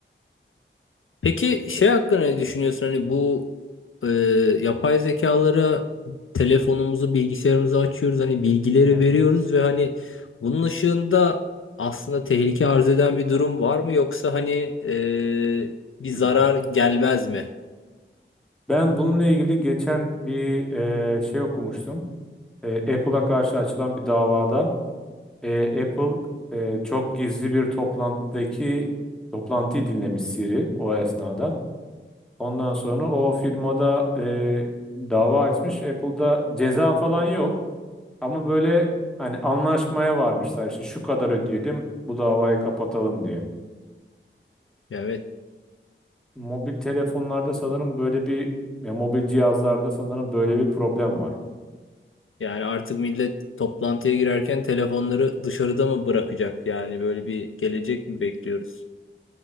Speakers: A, on the left; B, in the centre.
A: Peki şey hakkında ne düşünüyorsun? Hani bu e, yapay zekalara telefonumuzu, bilgisayarımızı açıyoruz. Hani bilgileri
B: Hı hı.
A: veriyoruz ve hani bunun ışığında aslında tehlike arz eden bir durum var mı? Yoksa hani e, bir zarar
B: Hı hı.
A: gelmez mi?
B: Ben bununla ilgili geçen bir e, şey okumuştum. E, Apple'a karşı açılan bir davada e, Apple e, çok gizli bir toplantıdaki toplantıyı dinlemiş Siri o esnada. Ondan sonra o firmada e, dava açmış. Apple'da ceza falan yok. Ama böyle hani anlaşmaya varmışlar işte şu kadar ödeyelim bu davayı kapatalım diye.
A: Ya Evet.
B: Mobil telefonlarda sanırım böyle bir ya mobil cihazlarda sanırım böyle bir problem var.
A: Yani artık millet toplantıya girerken telefonları dışarıda mı bırakacak? Yani böyle bir gelecek mi bekliyoruz?